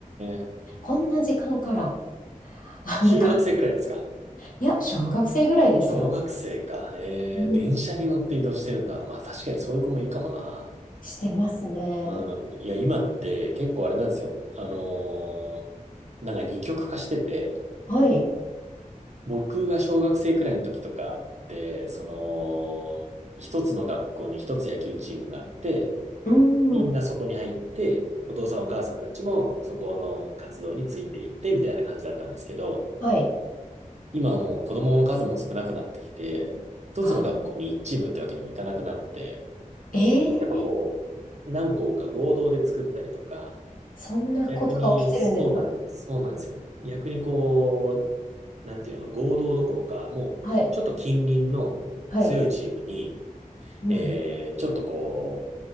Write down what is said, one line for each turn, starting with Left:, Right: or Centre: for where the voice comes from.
Right: ー、
Left: こんな時間から、あ、
Right: 中学生くらいですか
Left: むか、いや、小学生ぐらいですよ。
Right: 小学生か。えー、
Left: うん
Right: 電車に乗って移動してるんだ。まあ確かにそういう子もいるかもな。
Left: してますね。
Right: うん。いや、今って結構あれなんですよ。あのーなんか二極化してて、
Left: はい。
Right: 僕が小学生くらいの時とかって、その、一つの学校に一つ野球チームがあって、
Left: う
Right: みんなそこに入って、
Left: ん。
Right: お父さんお母さんたちもそこの活動についていってみたいな感じだったんですけど、
Left: はい。
Right: 今はもう子供の数も少なくなってきて、一つの学校に一チームってわけにもいかなくなって、
Left: あ、ええ
Right: やっぱこう、何校か合同で作ったりとか、
Left: そんなことが起きてるんですか
Right: 逆にそうなんです。そうなんですよ。逆にこう、なんていうの、合同どころか、もうちょっと近隣の強いチームに、
Left: はい。はい。うん。
Right: えー、ちょっとこ